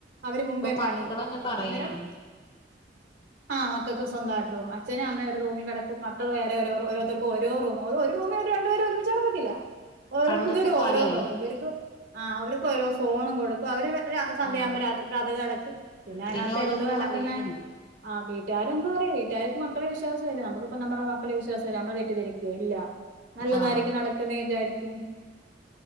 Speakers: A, on the right; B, on the left.
A: അവര് മുമ്പേ
B: ഇപ്പൊ മക്കളന്നെ
A: പണിക്കും
B: പറയാണ്
A: അന്നേരം ആ മക്ക് മക്കക്ക് സ്വന്തമായിട്ട് റൂമ് അച്ഛനൂം അമ്മയൂംഒരു റൂമിൽ കിടക്കും മക്കള് വേറെ ഓരോതർക്കൂം
B: ആഹ്
A: ഓരോറൂമ് ഒരു റൂമിൽ രണ്ട് പേര് ഒരുമിച്ച് നടക്കത്തില്ല ഓരോത്തരും
B: പണ്ടത്തെ കാലല്ലേ
A: ഓരോ റൂമല്ഇവർക്ക് ആ അവർക്ക് ഓരോ ദി ഫോണും കൊടുക്കും അവര് സന്ധ്യയാവുമ്പോൾ
B: ആഹ്
A: രാത്രികതകടച്ച്പിന്നെ അതിനകത്ത്
B: പിന്നെ ഓലൊന്നും
A: എന്തുവാ നടക്കുന്നേ
B: അറിയണില്ല
A: ആ ബീ കാലംമാറി വീട്ടുക്കാർക്ക് മക്കളെ വിശ്വാംസ നമുക്കിപ്പംനമ്മുടെ മക്കളെ വിശ്വാസം നമ്മെ തെറ്റിദ്ധരിപ്പിക്കൂമോ ഇല്ല നല്ലതായിരിക്കും
B: ആഹ്
A: നടക്കുന്നേ വിചാരിക്കും ഉം